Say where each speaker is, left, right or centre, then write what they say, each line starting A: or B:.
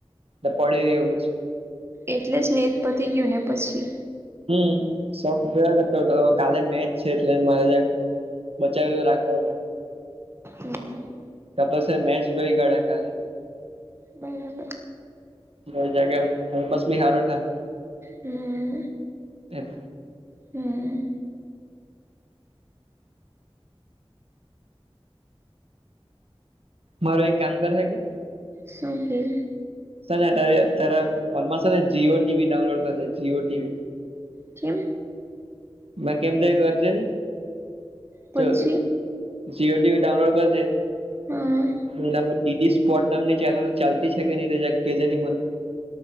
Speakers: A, on the right (about 70°); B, on the right (about 25°).
A: ને પડી રહયા પછી.
B: એટલે જ નેટ પતિ ગયુંને પછી.
A: હમ શોખ જોયા કરતો હતો. કાલે મેચ છે એટલે મારે બચાવી ને રાખવાનું.
B: અમે <inaudible>
A: ત પછી મેચ જોઈ કાઢા કાલે.
B: હમમ
A: તો જરાક એમ ટાઈમ પાસ બી સારો થાય
B: હમ
A: એમ.
B: હમ
A: મારુ એક કામ કરશે કે?
B: શું કેય?
A: સર ને તે તારા ફોનમાં છે ને જીયો ટીવી ડાઉનલોડ કરજે જીયો ટીવી.
B: કેમ?
A: મેં કેમ તે કરજે ની,
B: પછી
A: જો જીયો ટીવી ડાઉનલોડ કરજે.
B: હા
A: એના પર ડીડી સ્પોર્ટ નામની ચેનલ ચાલતી કે નહી તે જરાક કેજે ને મને.